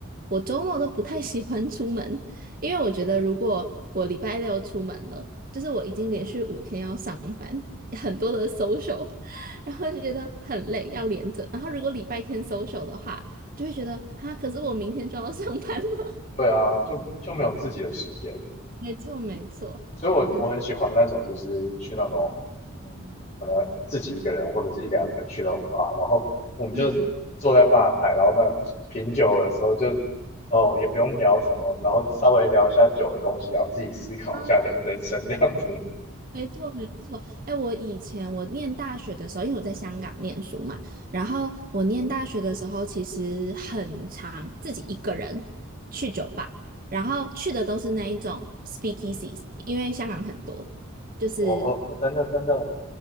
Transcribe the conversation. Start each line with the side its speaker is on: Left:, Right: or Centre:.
Right: 我周末都不太喜欢出门，因为我觉得如果我礼拜六出门了，就是我已经连续五天要上班，很多的 social，<laughs> 然后就觉得很累，要连着。然后如果礼拜天 social 的话，就会觉得哈，可是我明天就要上班了。<laughs>
Left: 对啊，就就没有自己的时间。
Right: 没错，没错，
Left: 所以我我很喜欢那种，
Right: 真的，
Left: 就是去那种，嗯，可能自己一个人或者是一两个人去那种 b 然后我们就坐在吧台，
Right: 嗯，
Left: 然后那品酒的时候就，哦，也不用聊什么，然后稍微聊一下酒的东西，然后自己思考一下人人生这样子。
Right: 啊没错，没错。哎，我以前我念大学的时候，因为我在香港念书嘛，然后我念大学的时候，其实很常自己一个人去酒吧，然后去的都是那一种 speakeasies，因为香港很多，就是
Left: <laughs> 哦哦，真的真的，